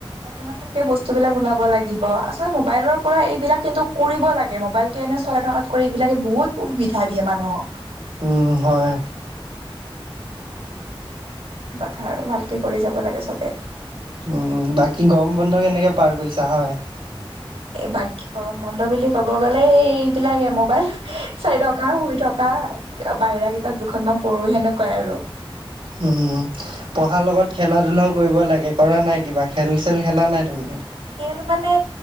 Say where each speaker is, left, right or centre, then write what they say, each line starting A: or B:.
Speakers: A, on the right; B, on the right.
A: এজন এজনকে বস্তু বিলাক ওলাব লাগিব, আচলতে মোবাইলৰ পৰা এইবিলাক কিন্তু কৰিব লাগে মোবাইলটো এনে চলাই থকাত কৰি এইবিলাকে বহুত সুবিধা দিয়ে মানুহক।
B: উম হয়।
A: কথা আৰু ভালকে কৰি যাব লাগে সবে।
B: উম বাকী গৰম বন্ধ কেনেকে পাৰ কৰিছা হয়?
A: এই বাকী গৰম বন্ধ বুলি ক'ব গ'লে এই এইবিলাকে মোবাইল চাৰি থকা শুই থকা। বাহিৰা কিতাপ দুখনমান পঢ়ো সেনেকুৱাই আৰু।
B: হুম হুমউম্। পঢ়াৰ লগত খেলা ধূলাও কৰিব লাগে, কৰা নাই? কিবা খেল চেল খেলা নাই তুমি?
A: খেল মানে